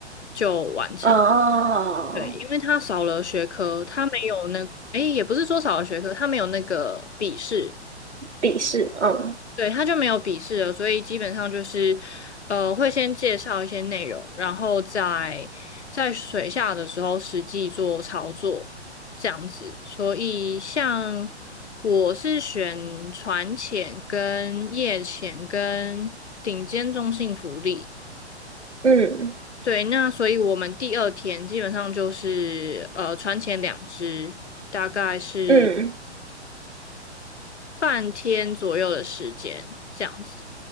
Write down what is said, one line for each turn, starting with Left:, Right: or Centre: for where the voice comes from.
Left: 就完成。
Right: 哦，
Left: 对，因为他少了学科，他没有那，诶，也不是说少了学科，他没有那个笔试，
Right: 笔试，嗯
Left: 对，他就没有笔试了，所以基本上就是，呃，会先介绍一些内容，然后在在水下的时候实际做操作，这样子。所以像我是选船潜、跟夜潜、跟顶尖中性浮力。
Right: 嗯
Left: 对，那所以我们第二天基本上就是呃船潜两只，大概是
Right: 嗯
Left: 半天左右的时间这样子。